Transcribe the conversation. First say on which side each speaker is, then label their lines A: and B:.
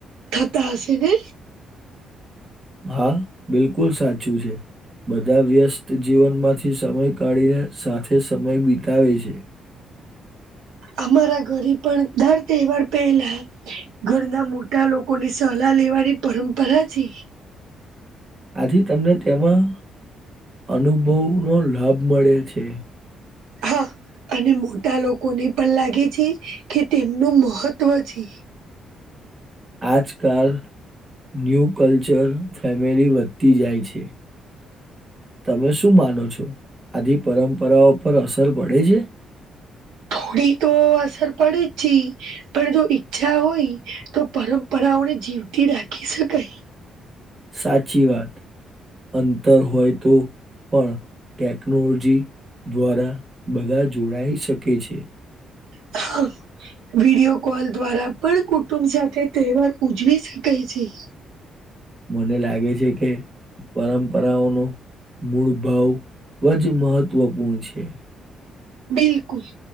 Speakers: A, on the right (about 85°); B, on the right (about 30°).
A: થતા હશે ને
B: હા બિલકુલ સાચું છે. બધા વ્યસ્ત જીવનમાંથી સમય કાઢીને સાથે સમય વિતાવે છે.
A: અમારા ઘરે પણ દર તહેવાર પહેલા ઘર ના મોટા લોકો ની સલાહ લેવાની પરંપરા છે.
B: આથી તમને તેમાં અનુભવનો લાભ મળે છે.
A: હા અને મોટા લોકોને પણ લાગે છે કે તેમનું મહત્વ છે.
B: આજકાલ ન્યૂ કલ્ચર ફેમિલી વધતી જાય છે. તમે શું માનો છો આ જે પરંપરાઓ પર અસર પડે છે?
A: થોડી તો અસર પડે જ છે. પણ જો ઈચ્છા હોય તો પરંપરાઓને જીવતી રાખી શકાય.
B: સાચી વાત અંતર હોય તો પણ ટેકનોલોજી દ્વારા બધા જોડાઈ શકે છે.
A: હા વિડીયો કોલ દ્વારા પણ કુટુંબ સાથે તહેવાર ઉજવી શકાય છે.
B: મને લાગે છે કે પરંપરાઓનો મૂળ ભાવ જ મહત્વપૂર્ણ છે.
A: બિલકુલ